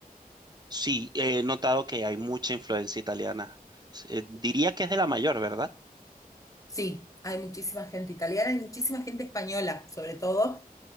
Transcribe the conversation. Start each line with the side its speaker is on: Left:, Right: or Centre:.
Right: Sí, he notado que hay mucha influencia italiana. Eh, diría que es de la mayor, ¿verdad?
Left: Sí, hay muchísima gente italiana y muchísima gente española, sobre todo